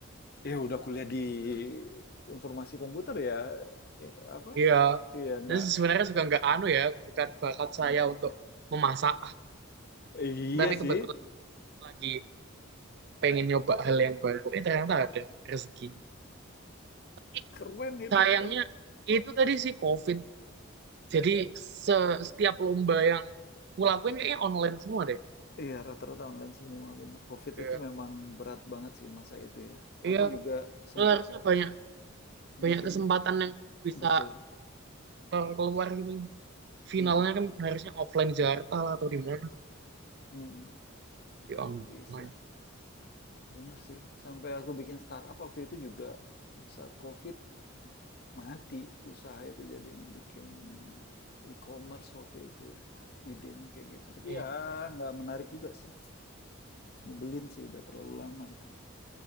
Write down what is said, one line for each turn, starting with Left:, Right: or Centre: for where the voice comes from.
Left: Ya udah kuliah di informasi komputer ya, eh, apa?
Right: Iya.
Left: Iya nggak.
Right: Terus sebenarnya juga nggak anu ya, bukan bakat saya untuk memasak,
Left: Iya
Right: tapi
Left: sih,
Right: kebetulan lagi pengen nyoba hal yang baru eh ternyata ada rezekinya Tapi
Left: keren itu
Right: sayangnya
Left: keren.
Right: itu tadi sih COVID jadi se- setiap lomba yang kulakuin kayaknya online semua deh
Left: Iya, rata-rata online semua, benar COVID
Right: Kayak,
Left: itu memang berat banget sih masa itu ya.
Right: iya
Left: Aku juga sempat
Right: harusnya banyak
Left: Hmm.
Right: banyak
Left: bikin
Right: kesempatan yang bisa
Left: betul.
Right: keluar keluar gitu finalnya
Left: Mm,
Right: kan harusnya offline di Jakarta lah atau di mana
Left: mm,
Right: di online
Left: nggak bisa. Bener sih. Sampai aku bikin startup waktu itu juga saat COVID mati usaha itu jadinya bikin e-commerce waktu itu ya. Idenya kayak gitu. Tapi
Right: Iya.
Left: ya nggak menarik juga sih. Nyebelin sih udah terlalu lama itu.